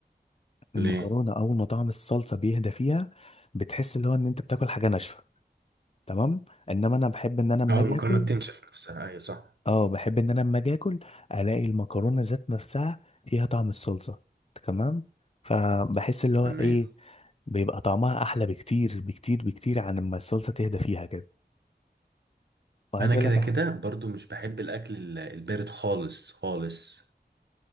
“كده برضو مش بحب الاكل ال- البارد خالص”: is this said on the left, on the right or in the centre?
Right